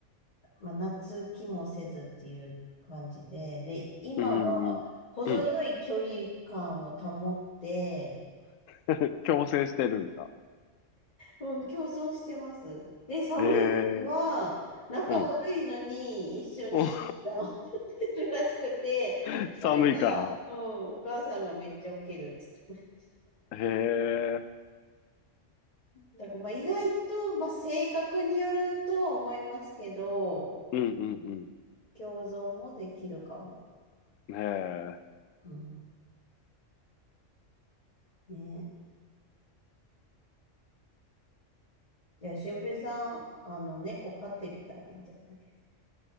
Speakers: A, on the left; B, on the left.
A: まあ、夏気もせずっていう感じで、で、今は程よい距離感を保って、
B: うん、うん。うん <laughs> 強制してるんだ。
A: うん、共存してます。で、寒い時は、
B: えー、
A: 仲悪いのに一緒に治
B: うん。うん
A: っ <laughs> るらしくて、
B: <laughs> 寒いから。
A: それが、うん、お母さんがめっちゃウケるって言ってまし
B: へえ、
A: た。だからまあ意外と、まあ、性格によるとは思いますけど、
B: うんうん
A: 共存もできるかも。
B: うん。へえ。
A: うん。ねじゃあ、俊平さん、あの、猫飼ってみたらいいんじゃないです